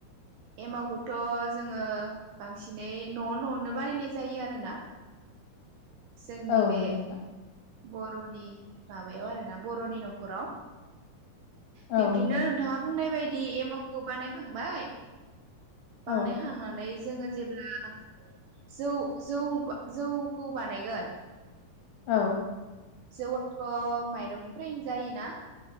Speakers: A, on the right (about 80°); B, on the left (about 75°).
A: एमावखौथ' जोङो बांसिनै न'आव न'आवनो बानायनाय जायो आरोना जोंनि
B: औ
A: बे
B: नंगौ नोंथां
A: बर'नि माबायाव आरो ना बर'नि न'खराव बिब्दिनो
B: औ नंगौ
A: नोंथाङा
B: नोंथां
A: बुंनाय बायदि दि एमावखौ बानायखांबाय बांनाय
B: औ
A: खांनानै जोङो जेब्ला जौ जौ जौखौ बानायगोन
B: औ
A: जौआथ' माइरंनिफ्रायनो जायोना